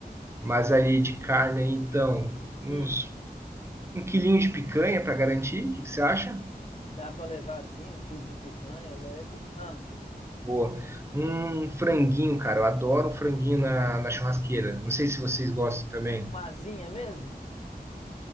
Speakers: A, on the right; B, on the left.
A: Mas aí de carne, então, uns
B: Hum,
A: um quilinho de picanha para garantir. O que que você acha?
B: dá para levar assim um quilo de picanha, eu levo. Ah,
A: Boa. Um franguinho, cara. Eu adoro um franguinho na, na churrasqueira. Não sei se vocês gostam também.
B: uma asinha mesmo?